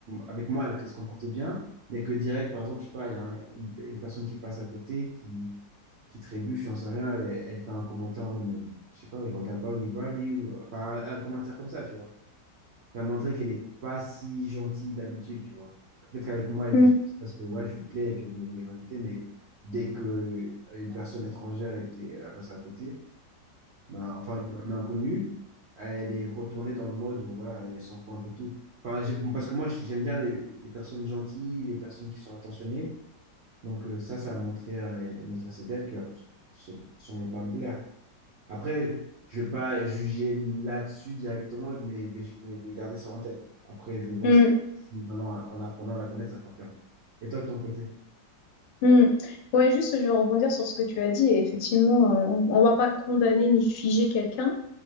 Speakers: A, on the right; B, on the left.
A: avec moi, elle se comporte bien, mais que direct, par exemple, je sais pas, il y a un- une, une personne qui passe à côté, qui, qui trébuche, j'en sais rien, elle, elle fait un commentaire en mode, mais je sais pas, il regarde pas où il va, lui, ou, enfin, un, un commentaire comme ça, tu vois. Elle a montré qu'elle n'est pas si gentille d'habitude, tu vois. Peut-être qu'avec moi, elle
B: mm,
A: était gentille parce que ouais, je lui plais et que vous voulez m'inviter, mais dès que une personne étrangère était à passer à côté, bah, enfin, une inconnue, elle est retournée dans le mode où voilà, elle s'en fout un peu de tout. Enfin, j'ai- parce que moi, j'aime bien les, les personnes gentilles, les personnes qui sont attentionnées. Donc euh, ça, ça a montré euh, une autre facette d'elle qui va s- sûrement pas me plaire. Après, je vais pas juger là-dessus directement, je mais- mais je mais je vais garder ça en tête. Après, je vais voir
B: mm,
A: si, si maintenant, en apprenant à la connaître, ça confirme. Et toi, de ton côté?
B: mm. Ouais, juste je vais rebondir sur ce que tu as dit et effectivement, euh, on ne va pas condamner ni figer quelqu'un